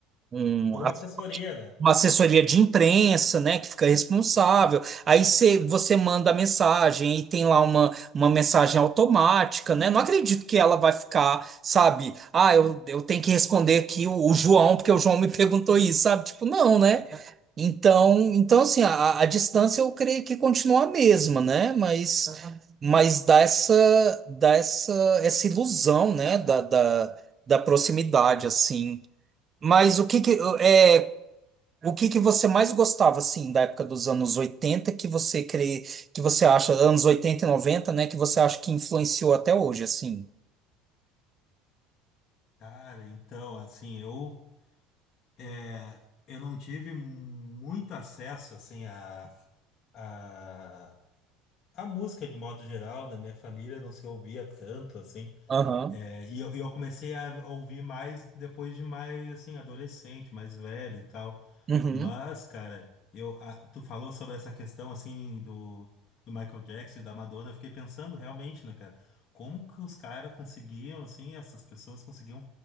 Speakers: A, on the right (about 35°); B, on the left (about 45°).
A: um- um-
B: Toda
A: um
B: uma assessoria, né?
A: uma assessoria de imprensa, né, que fica responsável. Aí você, você manda a mensagem e tem lá uma, uma mensagem automática, né? Não acredito que ela vai ficar, sabe? Ah, eu, eu tenho que responder aqui o, o João, porque o João me perguntou isso, sabe? Tipo, não, né? Então, então assim, a, a distância eu creio que continua a mesma, né? Mas, Uhum. mas dá essa, dá essa, essa ilusão, né, da, da, da proximidade, assim. Mas o que que, é, O que que você mais gostava, assim, da época dos anos 80 que você crê, que você acha, anos 80 e noventa né, que você acha que influenciou até hoje, assim?
B: Cara, então, assim, eu, é, eu não tive muito acesso, assim, a, a, a música de modo geral, na minha família não se ouvia tanto, assim,
A: Aham.
B: É, e eu, e eu comecei a ouvir mais depois de mais, assim, adolescente, mais velho e tal.
A: Uhum.
B: Mas, cara, eu, a- tu falou sobre essa questão, assim, do, do Michael Jackson e da Madonna, eu fiquei pensando realmente, né, cara, como que os caras conseguiam, assim, essas pessoas conseguiam